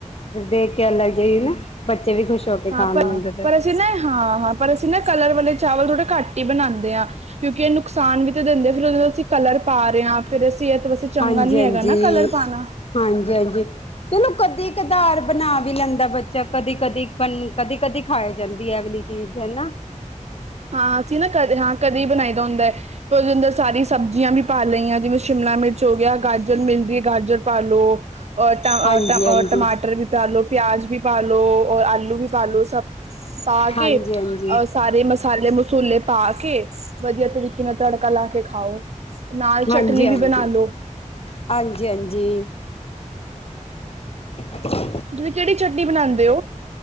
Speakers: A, on the left (about 50°); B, on the right (about 55°).
A: ਫਿਰ ਦੇਖ ਕੇ ਅਲੱਗ ਜਿਹੇ ਨਾ ਬੱਚੇ ਵੀ ਖੁਸ਼ ਹੋ ਕੇ
B: ਹਾਂ
A: ਖਾਣ
B: ਪ।
A: ਲੈਂਦੇ ਫਿਰ
B: ਪਰ ਅਸੀਂ ਨਾ ਹਾਂ - ਹਾਂ ਪਰ ਅਸੀਂ ਨਾ ਕਲਰ ਵਾਲੇ ਚਾਵਲ ਥੋੜ੍ਹੇ ਘੱਟ ਹੀ ਬਣਾਉਂਦੇ ਹਾਂ। ਕਿਉਂਕਿ ਇਹ ਨੁਕਸਾਨ ਵੀ ਤੇ ਦਿੰਦੇ। ਫਿਰ ਉਹਦੇ ਅਸੀਂ ਕਰ ਪਾ ਰਹੇ ਹਾਂ। ਫ਼ਿਰ ਅਸੀਂ ਇਹ
A: ਹਾਂਜੀ
B: ਚੰਗਾ ਨਹੀਂ
A: ਹਾਂਜੀ
B: ਹੈਗਾ ਨਾ ਕਲਰ ਪਾਉਣਾ।
A: ਹਾਂਜੀ - ਹਾਂਜੀ। ਚਲੋ ਕਦੀ ਕਧਾਰ ਬਣਾ ਵੀ ਲੈਂਦਾ ਬੱਚਾ ਕਦੀ- ਕਦੀ - ਕਦੀ। ਕਦੀ ਖਾ ਜਾਂਦੀ ਹੈ ਵਾਲੀ। ਚੀਜ਼ ਹੈ ਨਾ।
B: ਹਾਂ ਅਸੀਂ ਨਾ। ਕਦੇ ਹਾਂ ਕਦੇ ਬਣਾਈ ਦਾ ਹੁੰਦਾ ਹੈ। ਉਹਦੇ ਅੰਦਰ ਸਾਰੀ ਸਬਜ਼ੀਆਂ ਵੀ। ਪਾ ਲਈ ਹਾਂ ਜਿਵੇਂ ਸ਼ਿਮਲਾ ਮਿਰਚ ਹੋ। ਗਿਆ ਗਾਜਰ ਮਿਲਦੀ ਹੈ। ਗਾਜਰ ਪਾਾਲ ਲੋ ਔਰ
A: ਹਾਂਜੀ ਹਾਂਜੀ
B: ਟਮਾਟਰ ਵੀ ਪਾਾਲ ਲੋ ਪਿਆਜ ਵੀ ਪਾਾਲ ਲੋ ਔਰ ਆਲੂ ਵੀ ਪਾ ਲੋ ਸਭ। ਪਾ
A: ਹਾਂਜੀ
B: ਕੇ। ਅਹ
A: ਹਾਂਜੀ
B: ਸਾਰੇ ਮਸਲੇ। ਮਸਾਲੇ - ਮਸੂਲੇ ਪਾ ਕੇ ਵਧੀਆ ਤਰੀਕੇ ਨਾਲ ਤੜਕਾ ਲਾ ਕੇ ਖਾਓ। ਨਾਲ ਚਟਨੀ
A: ਹਾਂਜੀ
B: ਵੀ
A: ਹਾਂਜੀ
B: ਬਣਾ ਲੋ।
A: ਹਾਂਜੀ - ਹਾਂਜੀ। ਹ।
B: ਤੁਸੀਂ ਕਿਹੜੀ ਚਟਨੀ ਬਣਾਉਂਦੇ ਹੋ।